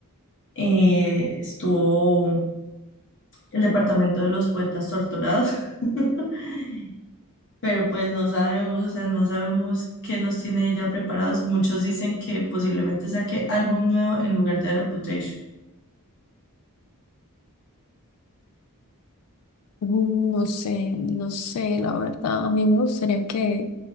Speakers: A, on the left; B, on the left.
A: eh, estuvo el departamento de los poetas torturados, <laughs> pero pues no sabemos, o sea, no sabemos qué nos tiene ella preparados. Muchos dicen que posiblemente saque álbum nuevo en lugar de Reputation.
B: Mm, No sé, no sé, la verdad. A mí me gustaría que,